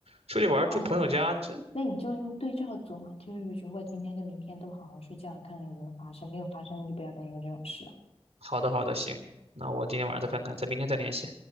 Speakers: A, on the right; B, on the left.
A: 出去玩儿住朋友家，
B: 哎呀。
A: 这
B: 那你就用对照组嘛，就是如果今天跟明天都好好睡觉，看看有没有发生，没有发生就不要担忧这种事。
A: 好的好的，行，那我今天晚上再看看，咱明天再联系。